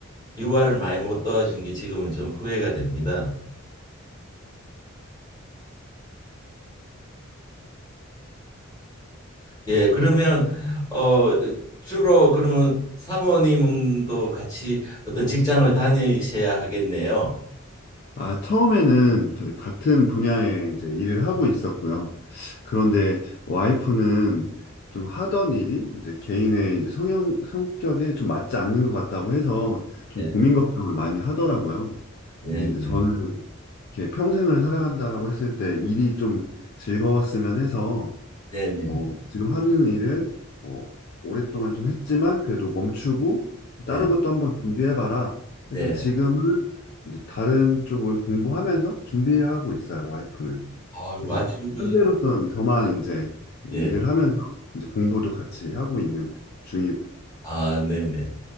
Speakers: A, on the left; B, on the left.
A: 육아를 많이 못 도와준 게 지금은 좀 후회가 됩니다. 예, 그러면 어 주로 그러면 사모님도 같이 어떤 직장을 다니셔야 하겠네요.
B: 아, 처음에는 저희 같은 분야에 이제 일을 하고 있었고요. 그런데 와이프는 좀 하던 일이 이제 개인의 이제 성형, 성격에 좀 맞지 않는 것 같다고 해서 좀
A: 네.
B: 고민 걱정을 많이 하더라고요.
A: 네네.
B: 근데 이제 저는 이렇게 평생을 살아간다라고 했을 때 일이 좀 즐거웠으면 해서
A: 네네.
B: 어, 지금 하는 일을 어, 오랫동안 좀 했지만 그래도 멈추고
A: 네.
B: 다른 것도 한번 준비해봐라. 그래서
A: 네.
B: 지금은 이제 다른 쪽을 공부하면서 준비를 하고 있어요, 와이프는.
A: 아유,
B: 그래서
A: 아주 그
B: 현재로서는 저만 이제 이제
A: 예.
B: 일을 하면서 이제 공부도 같이 하고 있는 중이고요.
A: 아, 네네.